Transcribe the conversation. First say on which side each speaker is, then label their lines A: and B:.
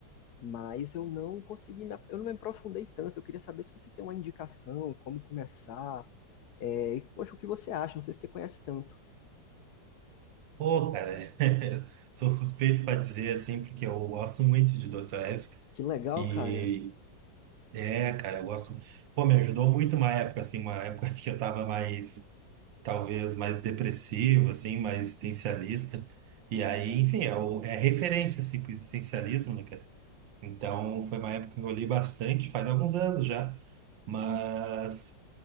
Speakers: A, on the left; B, on the right.
A: mas eu não consegui, me, eu não me aprofundei tanto. Eu queria saber se você tem uma indicação, como começar, é, e, poxa, o que você acha? Não sei se você conhece tanto.
B: Pô, cara, <laughs> sou suspeito pra dizer, assim, porque eu gosto muito de Dostoiévski.
A: Que legal,
B: E,
A: cara.
B: é, cara, eu gosto... Pô, me ajudou muito uma época, assim, uma época <laughs> que eu tava mais, talvez, mais depressivo, assim, mais existencialista. E aí, enfim, é, o- é referência, assim, pro existencialismo, né, cara? Então, foi uma época que eu li bastante, faz alguns anos já, mas